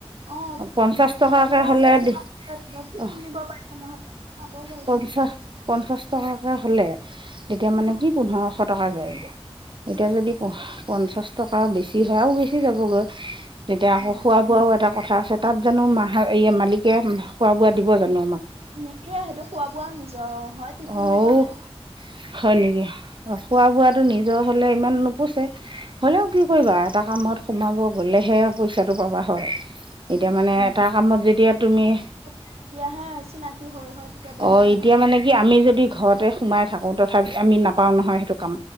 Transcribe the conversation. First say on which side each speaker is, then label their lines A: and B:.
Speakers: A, on the right (about 75°); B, on the right (about 50°).
A: অ
B: পঞ্চাশ টকাকে
A: গাড়ী ভাড়াতে
B: হলে
A: খোৱা
B: দি
A: টিফিন
B: অ',
A: নিব পাৰিব নহয় খাব পাৰিব
B: পঞ্চাশ পঞ্চাশ টকাকে হলে তেতিয়া মানে
A: অ
B: কি পোন্ধৰশ টকা যায়ব এতিয়া যদি পঞ্চাশ টকা বেছি হয়ও আৰু বেছি যাবগৈ। তেতিয়া আকৌ
A: অ
B: খোৱা বোৱাও এটা কথা আছে, তাত জানো মাহ মালিকে খোৱা বোৱা দিব জানো আমাক?
A: নিদিয়ে সেইটো খোৱা বোৱা আৰু নিজৰ। হয় টিফিন
B: অঁ
A: নিব লাগিব
B: হয় নেকি? অ খোৱা বোৱাটো নিজৰ হ'লে ইমান নোপচাই। হ'লেও কি কৰিবা এটা কামত সোমাব গ'লেহে পইচাটো পাবা হয়। এতিয়া
A: উ
B: মানে এটা কামত যেতিয়া তুমি
A: তেতিয়াহে চিনাকি হৈ হৈ তেতিয়া বেলেগত
B: অঁ এতিয়া
A: সোমাই
B: মানে কি আমি যদি ঘৰতে সোমাই থাকোতে তথাপি আমি নাপাওঁ নহয় সেইটো কাম